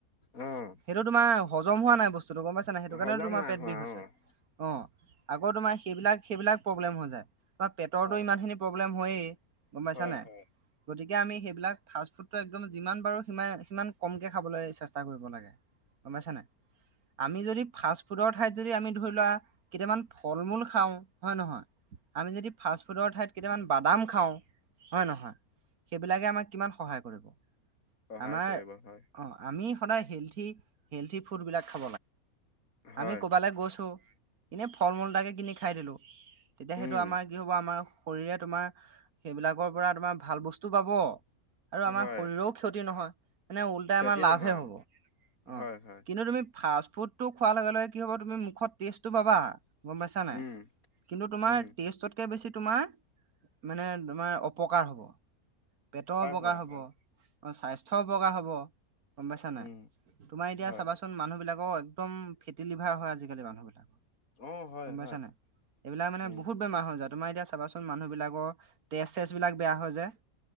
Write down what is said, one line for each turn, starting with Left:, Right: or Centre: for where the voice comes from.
Left: অ',
Right: সেইটো তোমাৰ হজম হোৱা নাই বস্তুতটো গম পাইছ নাই সেইটো কাৰণে
Left: হজম
Right: তোমাৰ
Left: নাই
Right: পেট
Left: হোৱা
Right: বিষ হৈছে।
Left: অ',
Right: অ' আকৌ তোমাৰ সেইবিলাক সেইবিলাক প্ৰব্লেম হৈ যায় তোমাৰ পেটৰটোো
Left: হয়,
Right: ইমান খিনি প্ৰব্লেম হয়েই গম পাইছা
Left: হয়,
Right: নে।
Left: হয়,
Right: গতিকে আমি সেইবিলাক ফাষ্টফুডটো একদম যিমান পাৰো সি সিমান কমকে খাবলৈ চেষ্টা কৰিব লাগে। গমাইছনোই। আমি যদি ফাষ্ট ফুডৰ ঠাইত যদি আমি ধৰি লোৱা কেইটামান ফল মূল খাওঁ হয়ে নহয়। আমি যদি ফাষ্ট ফুডৰ ঠাইত কেইটামান বাদাম খাওঁ হয়ে নহয়। সেইবিলাকে আমাক কিমান সহায় কৰিব!
Left: সহায়
Right: আমাৰ
Left: কৰিব হয়,
Right: অ, আমি সদাই হেলথী হেলথী ফুড বিলাক খাব
Left: হয়,
Right: আমি কবালৈ গৈছো এনেই ফল মূল এটাকে কিনি খাই দিলো তেতিয়া সেইটো
Left: উম,
Right: আমাৰ কি হ'ব আমাৰ শৰীৰে তোমাৰ সেইবিলাকৰ পৰা তোমাৰ ভাল বস্তু পাব আৰু আমাৰ
Left: হয়,
Right: শৰীৰৰও ক্ষতি নহয় মানে ওল্টাই
Left: ক্ষতি
Right: আমাৰ লাভে
Left: নহয়,
Right: হ'ব অ,
Left: হয়, হয়,
Right: কিন্তু তুমি ফাষ্টফুডটো খোৱাৰ লগে লগে কি হ'ব তুমি মুখত টেষ্টটো পাবা গম পাইছা নে নাই
Left: উম,
Right: কিন্তু তোমাৰ
Left: উম,
Right: টেষ্টত কে বেছি তোমাৰ মানে তোমাৰ অপকাৰ হ'ব। পেটৰ অপকাৰ
Left: হয়,
Right: হব।
Left: হয়,
Right: অঁ, স্বাস্থ্য অপকাৰ হ'ব গম পাইছা নাই
Left: উম,
Right: তোমাৰ এতিয়া
Left: হয়,
Right: চাবাচোন মানুহবিলাকৰ একদম ফেটি লিভাৰ হয় আজিকালি মানুহবিলাকৰ
Left: অ', হয়,
Right: গম পাইছানে
Left: হয়,
Right: নাই এইবিলাক মানে
Left: উম,
Right: বহুত বেমাৰ হৈ যায় তোমাৰ এতিয়া চাবাচোন মানুহ বিলাকৰ তেজ চেজ বিলাক বেয়া হয় যে